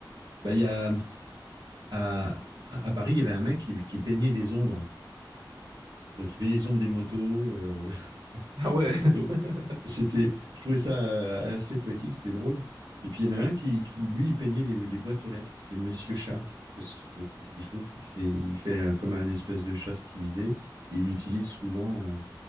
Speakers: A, on the right; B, on the right.
A: Bah, il y a, à, à Paris, il y avait un mec qui, qui peignait les ombres. Donc il peignait les ombres des motos, euh, <laughs>
B: Ah ouais.
A: des poteaux.
B: <laughs>
A: C'était, je trouvais ça euh, assez poétique, c'était drôle. Et puis il y en a un qui, qui, lui, il peignait les, les boîtes aux lettres. C'est Monsieur Chat. Je sais pas si ça te dit quelque chose. Il fait, il fait un- comme un espèce de chat stylisé. Et il utilise souvent, euh,